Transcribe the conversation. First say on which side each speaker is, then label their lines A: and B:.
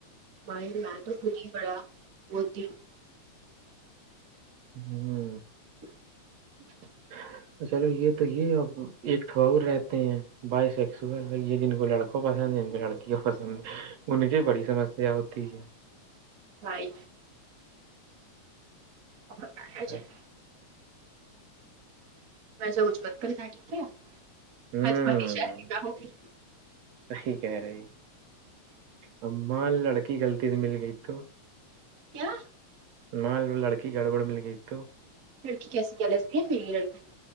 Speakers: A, on the right (about 45°); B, on the right (about 70°).
A: بائی میں تو خود ہی پڑا ہوتی ہوں
B: ہوں
A: <inaudible> <inaudible>
B: <inaudible> <inaudible> چلو یہ تو یہ ا ایک ٹھواور رہتے ہیں بائیسیکس ہوا یہ دن کو لڑکا پسند نہیں ان لڑکیوں پسند انن کی بڑی سمسیا ہوتی ہے
A: بھائی اور جے
B: اب
A: <unintelligible> ویسا کچھ مت کرنا ٹھیک ہے میں
B: ہوں
A: تمہاری شاید نکاح ہوگی
B: <unintelligible> سی کیا رہ ام ل لک کی غلطی سے مل گئی تو
A: کیا
B: مال لڑکے گڑ بڑ ملےئی تو
A: لڑکی کیسے کیا لسی ہے پھر یہ لڑکوں <unintelligible>